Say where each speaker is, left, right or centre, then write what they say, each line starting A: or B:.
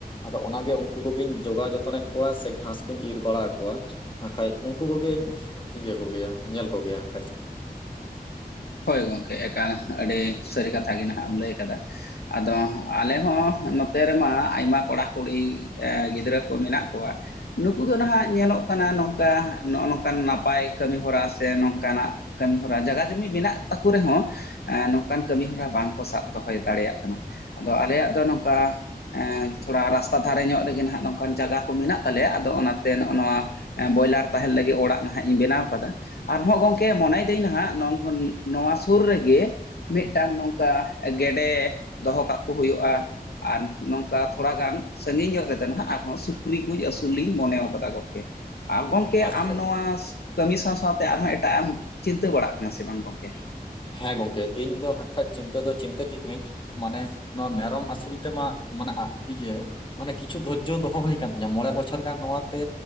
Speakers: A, on the left; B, on the left.
A: ᱟᱫᱚ ᱚᱱᱟᱜᱮ ᱩᱱᱠᱩ ᱠᱚᱜᱮᱧ ᱡᱚᱜᱟᱣ ᱡᱚᱛᱚᱱᱮᱫ ᱠᱚᱣᱟ ᱥᱮ ᱜᱷᱟᱸᱥ ᱠᱚᱧ ᱤᱨ ᱵᱟᱲᱟ ᱟᱠᱚᱣᱟ ᱦᱟᱜ ᱠᱷᱟᱡ ᱩᱱᱠᱩ ᱠᱚᱜᱮᱧ ᱤᱭᱟᱹ ᱠᱚᱜᱮᱭᱟ ᱧᱮᱞ ᱠᱚᱜᱮᱭᱟ ᱦᱟᱜ ᱠᱷᱟᱡ
B: ᱦᱳᱭ ᱜᱚᱢᱠᱮ ᱮᱠᱟᱞ ᱟᱹᱰᱤ ᱥᱟᱹᱨᱤ ᱠᱟᱛᱷᱟ ᱜᱮ ᱱᱟᱦᱟᱜ ᱮᱢ ᱞᱟᱹᱭ ᱟᱠᱟᱫᱟ ᱟᱫᱚ ᱟᱞᱮ ᱦᱚᱸ ᱱᱚᱛᱮ ᱨᱮᱢᱟ ᱟᱭᱢᱟ ᱠᱚᱲᱟ ᱠᱩᱲᱤ ᱜᱤᱫᱽᱨᱟᱹ ᱠᱚ ᱢᱮᱱᱟᱜ ᱠᱚᱣᱟ ᱱᱩᱠᱩ ᱫᱚ ᱱᱟᱦᱟᱜ ᱧᱮᱞᱚᱜ ᱠᱟᱱᱟ ᱱᱚᱝᱠᱟ ᱱᱚᱜᱼᱚ ᱱᱚᱝᱠᱟᱱ ᱱᱟᱯᱟᱭ ᱠᱟᱹᱢᱤ ᱦᱚᱨᱟ ᱥᱮ ᱱᱚᱝᱠᱟᱱᱟᱜ ᱠᱟᱹᱢᱤ ᱦᱚᱨᱟ ᱡᱟᱭᱟ ᱡᱩᱢᱤ ᱢᱮᱱᱟᱜ ᱛᱟᱠᱚ ᱨᱮᱦᱚᱸ ᱱᱚᱝᱠᱟᱱ ᱠᱟᱹᱢᱤ ᱦᱚᱨᱟ ᱵᱟᱝᱠᱚ ᱥᱟᱵ ᱫᱚᱦᱚᱭ ᱫᱟᱲᱮᱭᱟᱜ ᱠᱟᱱᱟ ᱟᱫᱚ ᱟᱞᱮᱭᱟᱜ ᱫᱚ ᱱᱚᱝᱠᱟ ᱮᱜ ᱛᱷᱚᱲᱟ ᱨᱟᱥᱛᱟ ᱫᱷᱟᱨᱮ ᱧᱚᱜ ᱨᱮᱜᱮ ᱦᱟᱸᱜ ᱱᱚᱝᱠᱟᱱ ᱡᱟᱭᱜᱟ ᱠᱚ ᱢᱮᱱᱟᱜ ᱛᱟᱞᱮᱭᱟ ᱟᱫᱚ ᱚᱱᱟᱛᱮ ᱱᱚᱜᱼᱚ ᱱᱚᱣᱟ ᱵᱚᱭᱞᱟᱨ ᱛᱟᱦᱮᱱ ᱞᱟᱹᱜᱤᱫ ᱚᱲᱟᱜ ᱱᱟᱦᱟᱜ ᱤᱧ ᱵᱮᱱᱟᱣ ᱠᱟᱫᱟ ᱟᱨᱦᱚ ᱜᱚᱝᱠᱮ ᱢᱚᱱᱮᱭᱮᱫᱟᱹᱧ ᱱᱟᱦᱟᱜ ᱱᱚᱝ ᱱᱚᱣᱟ ᱥᱩᱨ ᱨᱮᱜᱮ ᱢᱤᱫᱴᱟᱝ ᱱᱚᱝᱠᱟ ᱜᱮᱰᱮ ᱫᱚᱦᱚ ᱠᱟᱠᱚ ᱦᱩᱭᱩᱜᱼᱟ ᱟᱨ ᱱᱚᱝᱠᱟ ᱛᱷᱚᱲᱟ ᱜᱟᱱ ᱥᱟᱺᱜᱤᱧ ᱧᱚᱜ ᱨᱮᱫᱚ ᱦᱟᱸᱜ ᱟᱨᱦᱚᱸ ᱥᱩᱠᱨᱤ ᱠᱚ ᱟᱹᱥᱩᱞ ᱞᱤᱧ ᱢᱚᱱᱮᱣ ᱠᱟᱫᱟ ᱜᱚᱢᱠᱮ ᱟᱨ ᱜᱚᱢᱠᱮ
A: ᱟᱪᱪᱷᱟ
B: ᱟᱢ ᱱᱚᱣᱟ ᱠᱟᱹᱢᱤ ᱥᱟᱶ ᱥᱟᱶᱛᱮ ᱟᱨᱦᱚᱸ ᱮᱴᱟᱜ ᱮᱢ ᱪᱤᱱᱛᱟᱹ ᱵᱟᱲᱟᱜ ᱠᱟᱱᱟ ᱥᱮ ᱵᱟᱝ ᱜᱚᱝᱠᱮ
A: ᱦᱮᱸ ᱜᱚᱝᱠᱮ ᱤᱧ ᱫᱚ ᱦᱟᱠᱷᱟᱡ ᱪᱤᱱᱛᱟᱹ ᱫᱚ ᱪᱤᱱᱛᱟᱹ ᱠᱮ ᱜᱟᱹᱧ ᱢᱟᱱᱮ ᱱᱚᱣᱟ ᱢᱮᱨᱚᱢ ᱟᱹᱥᱩᱞ ᱛᱮᱢᱟ ᱢᱟᱱᱮ ᱤᱭᱟᱹ ᱢᱟᱱᱮ ᱠᱤᱪᱷᱩ ᱫᱷᱳᱨᱡᱚ ᱫᱚᱦᱚ ᱦᱩᱭ ᱟᱠᱟᱱ ᱛᱤᱧᱟᱹ ᱢᱚᱬᱮ ᱵᱚᱪᱷᱚᱨ ᱜᱟᱱ ᱱᱚᱣᱟᱛᱮ